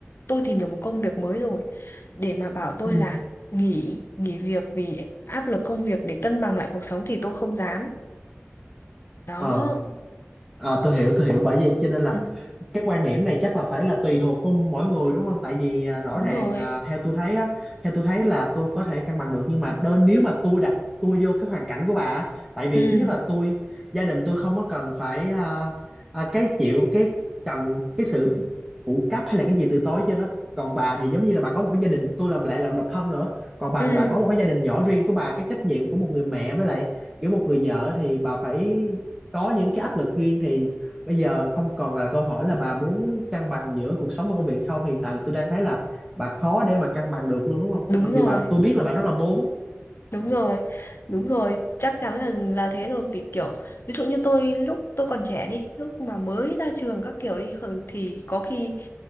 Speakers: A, on the left (about 55°); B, in the centre.
A: tôi tìm được một công việc mới rồi để mà bảo tôi
B: ừ
A: là nghỉ nghỉ việc vì áp lực công việc để cân bằng lại cuộc sống thì tôi không dám. Đó,
B: ờ Ờ, tôi hiểu tôi hiểu bởi vì cho nên là
A: Ừ.
B: cái quan điểm này chắc là phải là tùy thuộc vào mỗi người đúng không tại vì à, rõ
A: đúng
B: ràng
A: rồi.
B: à, theo tôi thấy á theo tôi thấy là tôi có thể cân bằng được nhưng mà đôi, nếu mà tôi đặt tôi vô cái hoàn cảnh của bà á, tại vì
A: Ừ.
B: thứ nhất là tôi gia đình tôi không có cần phải à, à, cái chịu cái cần cái sự phụ cấp hay là cái gì từ tối chứ á còn bà thì giống như là bà có một cái gia đình tôi làm lại là độc thân nữa còn bà
A: Ừ.
B: thì bà có một cái gia đình nhỏ riêng của bà cái trách nhiệm của một người mẹ với lại kiểu một người vợ thì bà phải có những cái áp lực riêng thì bây giờ không còn là câu hỏi là bà muốn cân bằng giữa cuộc sống và công việc hay không hiện tại là tôi đang thấy là bà khó để mà cân bằng được luôn đúng không
A: Đúng
B: mặc
A: rồi.
B: dù bà tôi biết là bà rất là muốn
A: Đúng rồi, đúng rồi, chắc chắn là là thế rồi vì kiểu ví dụ như tôi lúc tôi còn trẻ đi, lúc mà mới ra trường các kiểu đi khẩn- thì có khi